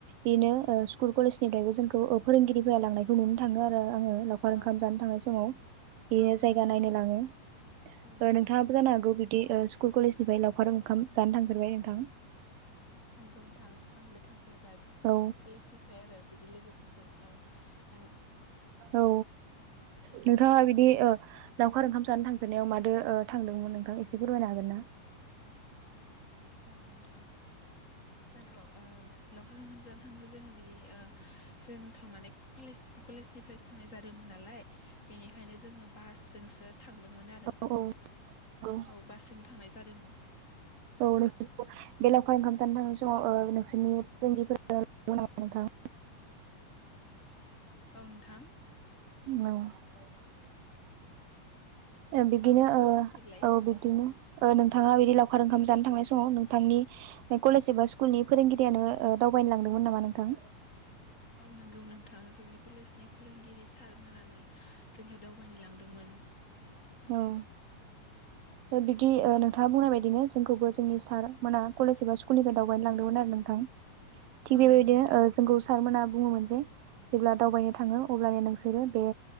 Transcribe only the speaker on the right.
बेनो ओ स्कुल कलेजनिफ्रायबो जोंखौ फोरोंगिरिफोरा लांनायखौ नुनो थाङो आरो आङो लावखार ओंखाम
जानो थांनाय समाव बेयो
जायगा नायनो
लाङो ।
ओ नोंथाङाबो जानो हागौ बिदि ओ स्कुल कलेजनिफाय लावखार ओंखाम जानो थांफेरबाय नोंथां ।
औ
औ नोंथाङा बिदि ओ लावखार ओंखाम जानो थांफेरनायाव मादो ओ थांदोंमोन नोंथां एसे फोरमायनो हागोन ना?
औ औ नंगौ
<unintelligible>
औ । ओ बिदिनो
ओ
औ बिदिनो । ओ नोंथाङा बिदि लावखार ओंखाम जानो थांनाय समाव नोंथांनि कलेज एबा स्कुलनि फोरोंगिरियानो ओ दाव बायनो लांदोंमोन नामा नोंथां?
औ ओ बिदि ओ नोंथाङा बुंनाय बाददिनो जोंखौबो जोंनि सार मोना कलेज एबा स्कुलनिफ्राय दावबायनो लांदोंमोन आरो नोंथां थिग
बेबायदिनो
ओ जोंखौ सारमोना बुङोमोन जे जेब्ला दावबायनो थाङो अब्लानो नोंसोरो बे